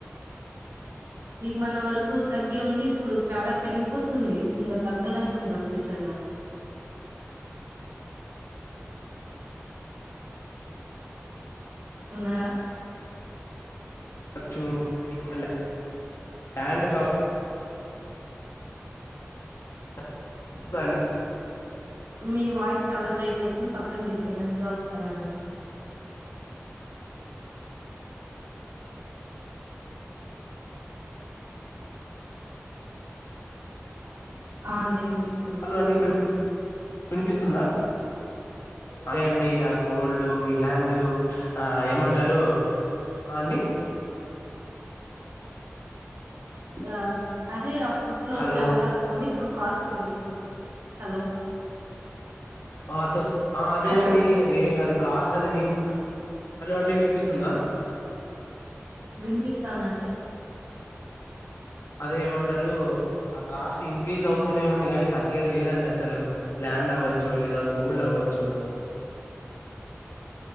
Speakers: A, on the right; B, on the left.
A: మన వరకు తగ్గి ఉంది ఇప్పుడు చాలా పెరిగిపోతుంది. ఇంకా తగ్గదు అనుకుంటా ఫ్యూచర్ లో ఉన్నారా
B: చ్చు ఇంకా ల్యాండ్ కా <inaudible> స్తదా అండి
A: మీ వాయిస్ చాల బ్రేక్ అయితుంది పక్కన డిస్ టబన్స్ గా వస్తాందండి ఆ అండి వినిపిస్తుంది
B: హలో అండి ఇప్పుడు వినిపిస్తుందా అదే అండి ఆ గోల్డ్ ఈ ల్యాండ్ ఆ ఏమంటారు ఆ అండి
A: ఆ అదే అప్పుట్లో
B: హలో
A: చాలా తక్కువుండి ఇప్పుడు కాస్ట్ పెరిగిపోతుంది హలో
B: ఆ అసల్ ఆ అదే
A: హలో
B: అండి రే అది కాస్ట్ అనేది ఇం హలో అండి వినిపిస్తుందా
A: వినిపిస్తాందండి
B: అదే ఏమంటరు ఆ కాస్ట్ ఇంక్రీజ్ అవుతూనే ఉంది కాని తగ్గేది లేదండి అసలు ల్యాండ్ అవ్వచ్చు లేదా గోల్డ్ అవ్వచ్చు